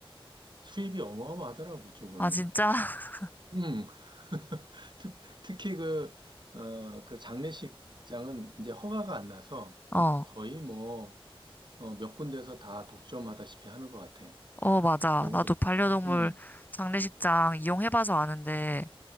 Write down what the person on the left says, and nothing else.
아, 진짜? <laughs>
어,
어, 맞아.
나도
반려동물
장례식장 이용해봐서 아는데,